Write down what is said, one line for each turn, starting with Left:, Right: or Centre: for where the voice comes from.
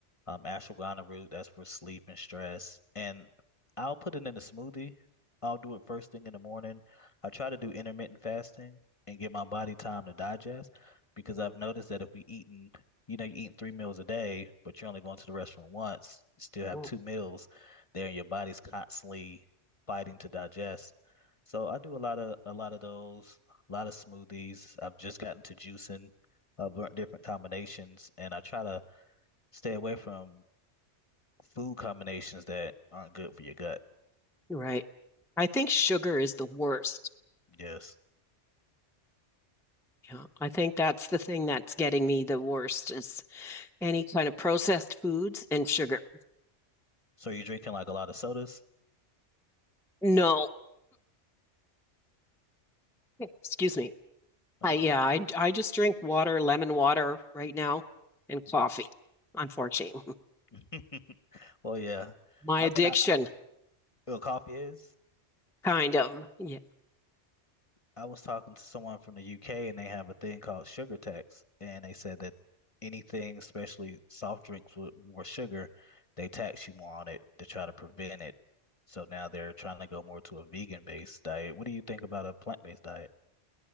Left: Um, ashwagandha root, that's for sleep and stress. And I'll put it in a smoothie. I'll do it first thing in the morning. I try to do intermittent fasting and give my body time to digest because I've noticed that if we eating, you know, you're eating three meals a day, but you're only going to the restaurant once, you still have
Centre: Mm-mm.
Left: two meals there, and your body's constantly fighting to digest. So I do a lot of a lot of those a lot of smoothies. I've just gotten to juicing. I've learned different combinations, and I try to stay away from food combinations that aren't good for your gut.
Centre: Right. I think sugar is the worst.
Left: Yes.
Centre: Yeah, I think that's the thing that's getting me the worst is any kind of processed foods and sugar.
Left: So you're drinking like a lot of sodas?
Centre: No, excuse me.
Left: Are
Centre: I
Left: you
Centre: yeah,
Left: fine?
Centre: I I just drink water, lemon water right now, and coffee,
Left: Mhm.
Centre: unfortunately. <laughs>
Left: <laughs> Well, yeah.
Centre: My
Left: I
Centre: addiction
Left: mean, I, well, coffee is.
Centre: kind of yeah,
Left: I was talking to someone from the UK and they have a thing called sugar tax, and they said that anything, especially soft drinks with more sugar, they tax you more on it to try to prevent it. So now they're trying to go more to a vegan-based diet. What do you think about a plant-based diet?